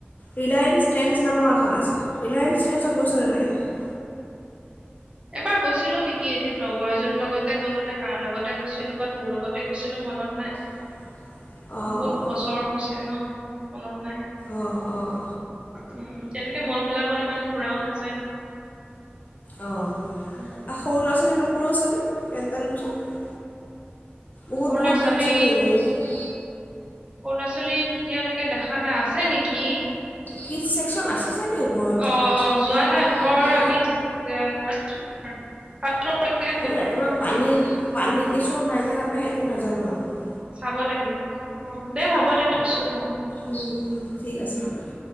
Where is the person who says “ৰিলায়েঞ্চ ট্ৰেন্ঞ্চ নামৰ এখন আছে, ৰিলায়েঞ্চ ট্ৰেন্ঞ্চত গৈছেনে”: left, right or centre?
Left